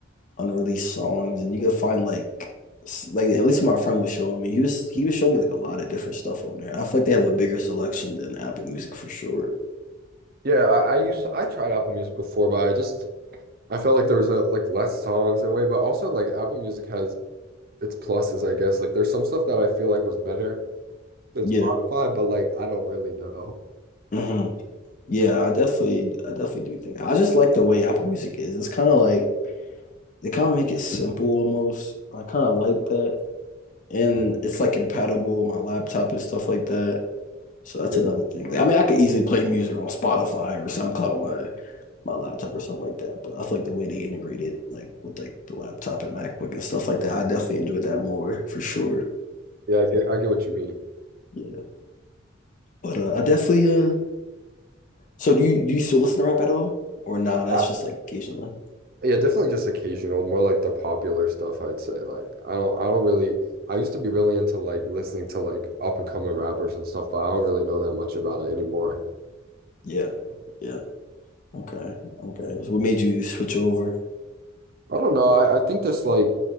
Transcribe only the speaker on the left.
unreleased songs and you can find like s- like at least my friend was showing me. He was he was showing me like a lot of different stuff on there. I feel like they have a bigger selection than Apple Music for sure.
Yeah.
Mm-hmm. Yeah, I definitely, I definitely do think that. I just like the way Apple Music is. It's kind of like they kind of make it simple almost. I kind of like that, and
it's like compatible with my laptop and stuff like that. So that's
another thing. Like, I mean, I could easily play music on Spotify or SoundCloud on my my laptop or something like that. But I feel like the way they integrate it, like with like the laptop and MacBook and stuff like that, I definitely enjoy that more for sure.
Yeah, but uh, I definitely uh. So do you do you still listen to rap at all, or nah? That's
just like occasionally.
Yeah. Yeah. Okay, okay. So what made you switch over?